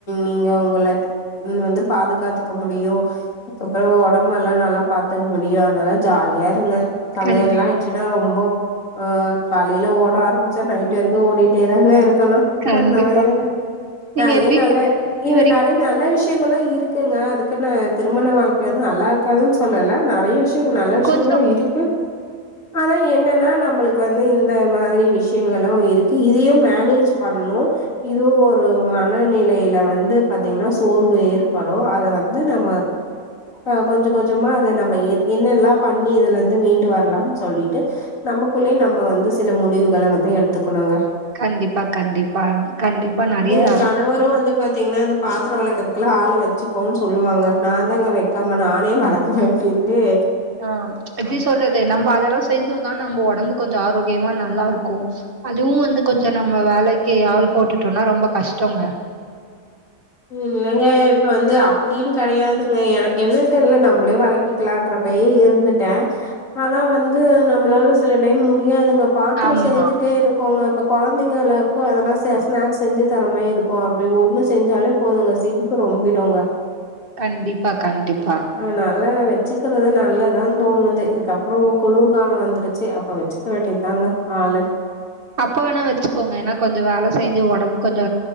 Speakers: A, on the left; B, on the right.
A: நீங்க உங்கள நீங்க வந்து பாதுகாத்துக்க முடியு அப்புற உடம்பெல்லா நல்லா பாத்துக்க முடியு அதனால ஜாலியா இருங்க கல்யாண்லா
B: கண்டி
A: வச்சுட்டா ரொம்ப ஆ காலைல ஓட ஆரம்ச் ச நைட் வரைக்கு ஓடிட்டே தாங்க இருக்கணு
B: கண்டிப்பா.
A: அந்த நாய் கணக்கா
B: நீங்க
A: நெறைய
B: எப்படிங்க
A: நல்ல இ
B: இது வரைக்கும்
A: நெறைய நல்ல விஷயங்களு இருக்குங்க அதுக்கு நா திருமண வாழ்க் இ வந்து நல்லாருக்காதுன்னு சொல்லல நெறைய விஷயங்கள் நல்ல விஷயங்களு
B: கொஞ்சம்
A: இருக்கு ஆனா என்னன்னா நம்மளுக்கு வந்து இந்த மாதிரி விஷயங்களு இருக்கு இதையு மேனேஜ் பண்ணு இதுவு ஒரு மனநிலை வந்து பாத்தீங்கன்னா சோர்வு ஏற் படு அத வந்து நம்ம அ கொஞ்ச கொஞ்சமா அத நம்ம ஏத் என்னெல்லா பண்ணி இதுல இந்து மீண்டு வரலான் சொல்லிட்டு நமக்குள்ளையே நம்ம வந்து சில முடிவுகள வந்து எடுத்துக்கணுங்க
B: கண்டிப்பா, கண்டிப்பாங்க. கண்டிப்பா நெறைய
A: எங்க கணவரு வந்து பாத்தீங்னா இந்த பாத்திரோ வெளக்கர்த்க் குல்லா ஆளு வச் சிக்கோன் சொல்லுவாங்க நா தாங்க வைக்காம நானே வெளக்குவே அப்டின்ட்டு
B: ஆ எப்டி சொல்றது நம்ப அதெல்லா செஞ்சோ தா நம்ம ஒடம்பு கொஞ்சோ ஆரோக்கியமா நல்லாருக்கும் அதுவு வந்து கொஞ்சோ நம்ம வேலைக்கு ஆள் போட்டுட்டோன் அனா ரொம்ப கஷ்டோங்க
A: இல்லங்க இப்ப வந்து அப்டின் கெடயாதுங்க எனக்கு என்னன் தெர்ல நம்ளே வெளக்கிக்கலான்ற அப்டியே இருந்துட்ட ஆனா வந்து நம்ளால சில டைம் முடியாதுங்க பாத்ரோ
B: ஆமா
A: சேந்துட்டே இருக் கோங்க இப்ப கொழந்தைங்களுக்கு எதனா ஸநா ஸ்நாக்ஸ் செஞ்சுத் தர மாரி இருக்கு அப்டி ஒன்னு செஞ்சாலே போதுங்க சிங்க்கு ரொம்பிடுங்க
B: கண்டிப்பா கண்டிப்பா
A: அதனால வச்சுக்கிறது நல்லதா தோணு து இதுக்கப்புற குளுர் கால வந்துடுச்சு அப்ப வச்சுக்க வேண்டியதாங்க ஆளு
B: அப்ப வேணா வச்சுகோங்க ஏனா செஞ்சு ஒடம்பு கொஞ்ச